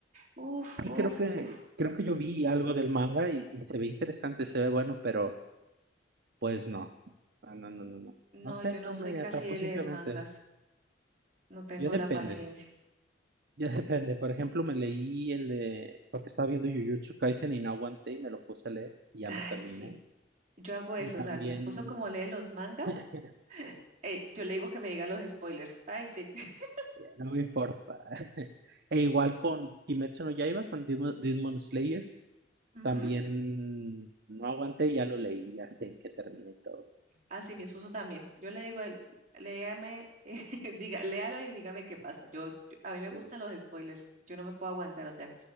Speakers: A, on the right; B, on the right.
A: Uf,
B: Y
A: uf,
B: creo que,
A: uf.
B: creo que yo vi algo del manga y, y se ve interesante, se ve bueno, pero pues no. Ah, No, no, no, no.
A: No,
B: No sé,
A: yo no
B: no
A: soy
B: me
A: casi
B: atrapó
A: de
B: simplemente.
A: leer mangas. No tengo
B: Yo depende,
A: la paciencia.
B: yo <laughs> depende. Por ejemplo, me leí el de, porque estaba viendo Jujutsu Kaisen y no aguanté y me lo puse a leer y ya
A: Ay,
B: lo terminé.
A: sí. Yo hago eso.
B: Y también
A: O sea, mi esposo como lee los mangas,
B: <laughs>
A: eh, yo le digo que me diga los spoilers. Ay, sí. <laughs>
B: no me importa. E igual con Kimetsu no Yaiba, con Demon, Demon Slayer,
A: Ujú.
B: también no aguanté y ya lo leí, ya sé en qué termina y todo.
A: Ah, sí, mi esposo también. Yo le digo, a él, léame, <laughs> diga, léalo y dígame qué pasa. Yo, yo- a mí me gustan
B: Sí.
A: los spoilers. Yo no me puedo aguantar, o sea,